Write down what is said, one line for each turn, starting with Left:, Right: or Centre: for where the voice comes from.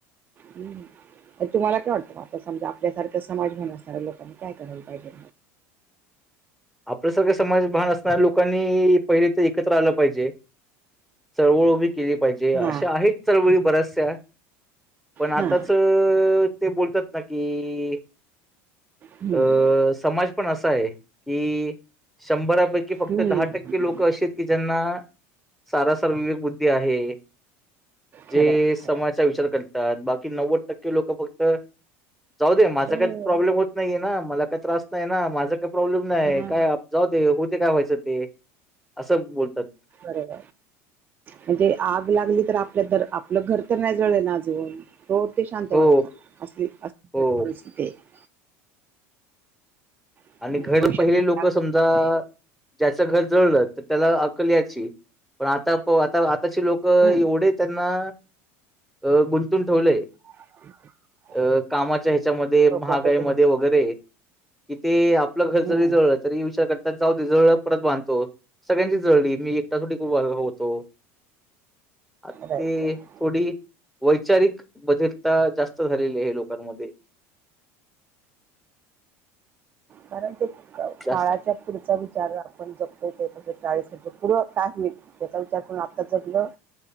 Right: हम् तुम्हाला काय वाटतं म आता समजा आपल्यासारखा समाज घेन असणाऱ्या लोकांनी काय करायला पाहिजे
Centre: <inaudible> आपलं सारखं समाज भान असणाऱ्या लोकांनी पहिले तर एकत्र आलं पाहिजे चळवळ उभी केली पाहिजे
Right: हा
Centre: अशा आहेत चळवळी बऱ्याचशा पण आताच
Right: हा
Centre: ते बोलतात ना की
Right: हम्म
Centre: अं समाज पण असा आहे कि शंभरापैकी फक्त
Right: हम्म
Centre: दहा टक्के लोक असशी आहेत की ज्यांना सारासार विवेक बुद्धी आहे जे
Right: खरं
Centre: समाजचा
Right: खरं
Centre: विचार करतात बाकी नव्वद टक्के लोक फक्त जाऊ दे माझा
Right: हो
Centre: काही प्रॉब्लेम होत नाहीे ना मला काही त्रास नाही ना माझं का प्रॉब्लेम नाही
Right: हा
Centre: काय जाऊ ते होते काय व्हायचं ते असं बोलतात
Right: बरब म्हणजे आग लागली तर आपल्या आपलं घर तर नाही जळ ना अज तोर ते शांत
Centre: हो
Right: बसना असली अस
Centre: हो
Right: परिस्थिती आहे आहे
Centre: आणि घर
Right: भविष्यात
Centre: पहिले
Right: कोणती
Centre: लोक
Right: आग
Centre: समजा
Right: नाही
Centre: ज्याचं घर जळलं तर त्याला अकल याची पण आता आता आताचे लोक एवढे
Right: हम्म.
Centre: त्यांना अ गुंतून ठेवलंय
Right: <inaudible>
Centre: अ कामाच्या ह्याच्यामध्ये
Right: लोकांबद्दल
Centre: महागाईमध्ये वगैरे कि ते आपलं घर
Right: हम्म.
Centre: जरी जळलं तरी विचार करतात जाऊ दे जळप परत बांधतो सगळ्यांची जळळी मी ो होतो आता ते
Right: राईट राईट
Centre: थोडी व वैपचारिक बधिरता जास्त झालेली आहे लोकांमध्ये <inaudible>
Right: कारण ते काळाच्या
Centre: जास्त
Right: पुढचा विचार आपण जपतो ते चाळीस रुपये पुूरं काय होईल त्याचा विचार करून आत्ताच कलं